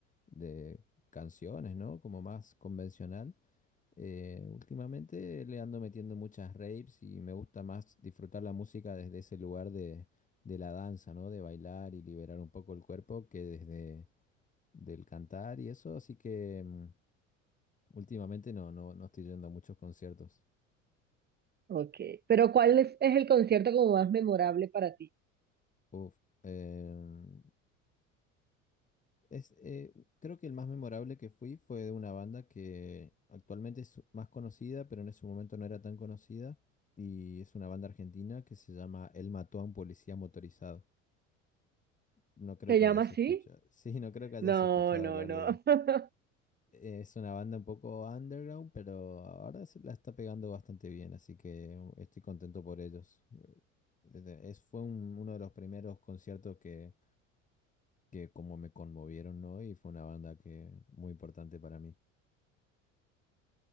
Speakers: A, on the left (about 20°); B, on the right (about 25°).
A: de canciones, ¿no? Como más convencional. Eh, últimamente le ando metiendo muchas raves y me gusta más disfrutar la música desde ese lugar de, de la danza, ¿no? De bailar y liberar un poco el cuerpo que desde del cantar y eso, así que mm, últimamente no, no, no estoy yendo a muchos conciertos.
B: Ok. Pero ¿cuál es, es el concierto como más memorable para ti?
A: Uf, em, es, eh, creo que el más memorable que fui fue de una banda que actualmente es más conocida, pero en ese momento no era tan conocida, y es una banda argentina que se llama Él mató a un policía motorizado. No creo
B: ¿Se
A: que
B: llama
A: hayas
B: así?
A: escuchado. <laughs> Sí, no creo que hayas
B: No,
A: escuchado
B: no,
A: hablar
B: no.
A: de ella.
B: <laughs>
A: Es una banda un poco underground, pero ahora se la está pegando bastante bien, así que um, estoy contento por ellos. Desde- Es, fue un- uno de los primeros conciertos que, que como me conmovieron, ¿no? Y fue una banda que muy importante para mí.